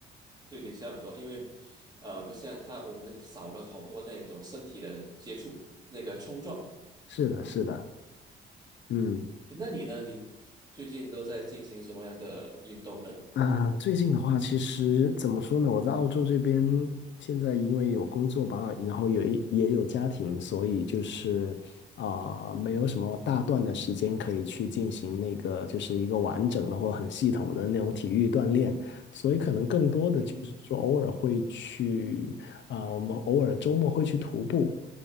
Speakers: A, on the right; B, on the left.
A: 对对，小很多，因为呃，不像他我们少了好多那种身体的接触，那个冲撞。
B: 是的，是的，嗯。
A: 嗯，那你呢？你最近都在进行什么样的运动呢？
B: 啊，最近的话，其实怎么说呢？我在澳洲这边现在因为有工作吧，然后有一也有家庭，所以就是啊、没有什么大段的时间可以去进行那个就是一个完整的或很系统的那种体育锻炼，所以可能更多的就是说偶尔会去啊、
A: 嗯哼，
B: 我们偶尔周末会去徒步，